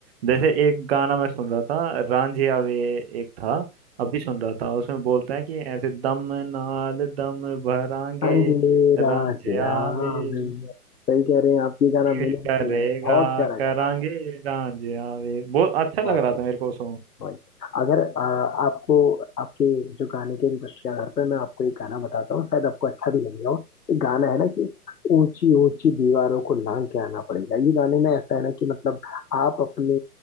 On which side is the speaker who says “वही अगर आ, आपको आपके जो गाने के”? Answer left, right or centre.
Left